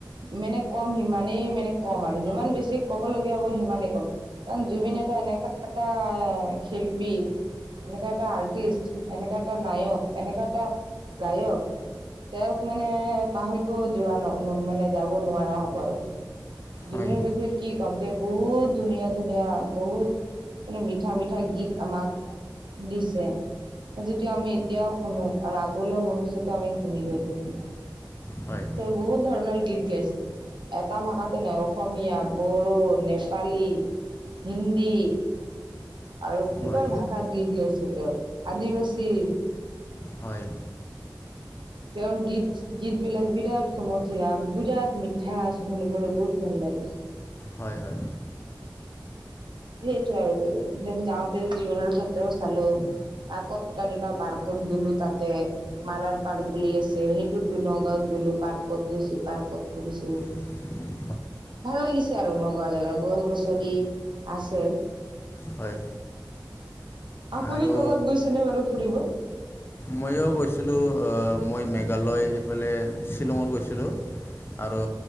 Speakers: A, on the right (about 80°); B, on the left (about 30°).
A: মানে কম সিমানেই মানে কম আৰু যিমান বেছি ক'ব লগগীয়া হ'ব সিমানেই কম। কাৰণ জুবিন এটা এনেকুৱা এটা শিল্পী এনেককা এটা আৰ্টিষ্ট এনেকা এটা নায়ক এনেকা এটা গায়ক তেওঁক মানে পাহৰিব যোৱা ন মানে যাব নোৱাৰা হ'ব আৰু। জুবিনৰ
B: হয়।
A: বিষয়ে কি ক'ম তে বহুত ধুনীয়া, ধুনীয়া বহুত মানে মিঠা মিঠা গীত আমাক দিছে যিটো আমি এতিয়াও শুনো। আৰু আগলৈ ভৱিষ্যতে আমি শুনি গৈ থাকিম
B: হয়,
A: তেওঁ বহুত ধৰণৰ গীত গাইছে। এটা ভাষাতেনে অসমীয়া বড়ো নেপালী হিন্দী। আৰু কিবাৰ
B: হয়,
A: ভাষাত গীত গাইছে তেওঁ আদিবাসী
B: হয়।
A: তেওঁৰ গীত গীত বিলাক বিৰাট সুমথিৰা বিৰাট মিঠা শুনিবলৈ বহুত ভাল লাগে।
B: হয়, হয়।
A: সেইটো আৰু যে যাওঁতে জীৱনৰ ক্ষেত্ৰ চালোঁ। আকৌ এটা দুটা পাৰ্কত গলোঁ তাতে। মাৰাৰ পাৰ্ক বুলি আছে সেইটো দু নগাঁৱত গ'লো পাৰ্কত গৈছো পাৰ্কত ফুৰিছোঁ।
B: <unintelligible>
A: ভাল লাগিছে আৰু নগাঁও জেগা গছ গছনি আছে।
B: হয়।
A: আপুনি
B: আৰু
A: ক'বাত গৈছেনে বাৰু ফুৰিব।
B: মইয়ো গৈছিলো মই মেঘালয় এইফালে শ্বিলঙত গৈছিলোঁ। আৰু